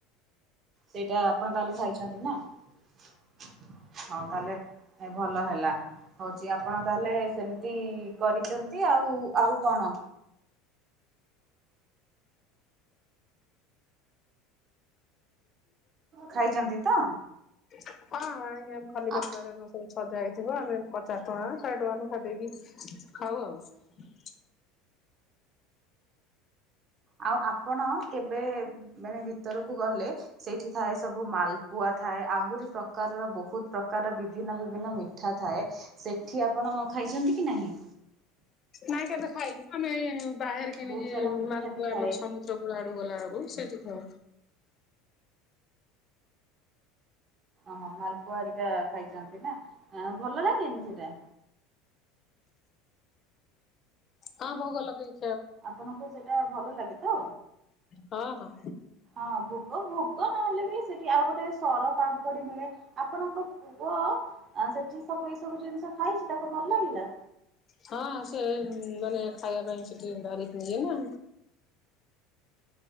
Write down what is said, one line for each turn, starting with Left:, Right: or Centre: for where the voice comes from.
Right: ସେଇଟା ଆପଣ ତାହଲେ ଖାଇଛନ୍ତି ନା ହଉ ତାହେଲେ ଏ ଭଲ ହେଲା ହଉଛି ଆପଣ ତାହେଲେ ସେମିତି କରିଛନ୍ତି ଆଉ ଆଉ କଣ? ଖାଇଛନ୍ତି ତ?
Left: ହଁ। <unintelligible>
Right: ଆ
Left: ସଜା ହେଇଥିବ ଆମେ ପଚାଶ ଟଙ୍କା ଶହେ ଟଙ୍କା ଲେଖା ଦେଇକି ଖାଉ ଆଉ।
Right: ଆଉ ଆପଣ କେବେ ମାନେ ଭିତରକୁ ଗଲେ ସେଇଠି ଥାଏ ସବୁ ମାଲପୁଆ ଥାଏ ଆହୁରି ପ୍ରକାରର ବହୁତ ପ୍ରକାର ପ୍ରକାର ବିଭିନ୍ନ ବିଭିନ୍ନ ମିଠା ଥାଏ ସେଠି ଆପଣ ଖାଇଛନ୍ତି କି ନାହିଁ?
Left: ନାଇଁ କେବେ ଖାଇନି ଆମେ ବାହାରେ କିଣିକି
Right: ବହୁତ ସାରା ମିଠା
Left: ମାଲପୁଆ
Right: ବି ଥାଏ।
Left: ଆମର ସମୁଦ୍ର କୂଳ ଆଡୁ ଗଲା ବେଳକୁ ସେଠି ହଁ।
Right: ଓହୋ ମାଲପୁଆ ହରିକା ଖାଇଛନ୍ତି ନା ଭଲ ନା କିନି ସେଟା?
Left: ହଁ ଭୋଗ ଲଗେଇଛି।
Right: ଆପଣଙ୍କୁ ସେଇଟା ଭଲ ଲାଗେ? ହଁ।
Left: ହଁ ହଁ
Right: ହଁ ଭୋଗ ଭୋଗ ନହେଲେ ବି ସେଠି ଆଉ ଗୋଟେ ସର ପାମ୍ପୁଡି ମିଳେ ଆପଣଙ୍କ ପୁଅ ସେଠି ସବୁ ଏଇ ସବୁ ଜିନିଷ ଖାଇଛି ତାକୁ ଭଲ ଲାଗିଲା।
Left: ହଁ ସେ ମାନେ ଖାଇବା ପାଇଁ ସେଠି ଧରିକ ନିଏନା।